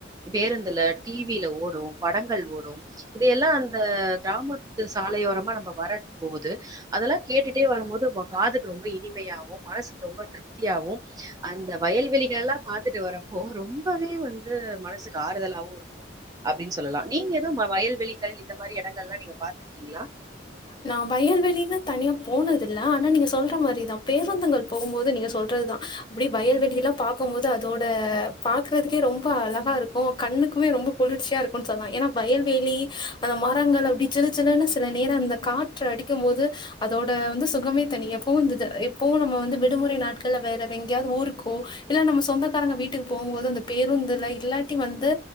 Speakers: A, on the right; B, on the left.
A: பேருந்துல டிவில ஓடும் படங்கள் ஓடும் இதையெல்லா அந்த கிராமத்து சாலையோரமா நம்ப வரக் போவுது அதெல்லா கேட்டுட்டே வரம்போது காதுக்கு ரொம்ப இனிமையாவு மனசுக்கு ரொம்ப திருப்தியாவு அந்த வயல்வெளிகல்லா பாத்துட்டு வரப்போ ரொம்பவே வந்து மனசுக்கு ஆறுதலாவு இருக்கு அப்டின் சொல்லலா நீங்க எதும் வயல்வெளிகள் இந்த மரி எடங்கள்ளா நீங்க பாத்திருக்கீங்ளா
B: நா வயல்வெளினு தனியா போனதில்ல ஆனா நீங்க சொல்ற மாரிதா பேருந்துங்கள் போவுபோது நீங்க சொல்றதுதா அப்டி வயல்வெளிலா பாக்கும் போது அதோட பாக்றதுக்கே ரொம்ப அழகா இருக்கும் கண்ணுக்குமே ரொம்போ குளிர்ச்சியா இருக்குன் சொல்லா ஏனா வயல்வெளி அத மரங்கள் அப்டி ஜிலு ஜிலுன்னு சில நேரம் அந்த காற்று அடிக்கும் போது அதோட வந்து சுகமே தனி எப்போ இந்துத எப்பவு நம்ம வந்து விடுமுறை நாட்கள்ல வேற வெங்யாது ஊருக்கோ இல்ல நம்ம சொந்தக்காரங்க வீட்டுகு போம்போது அந்த பேருந்துல இல்லாட்டி வந்து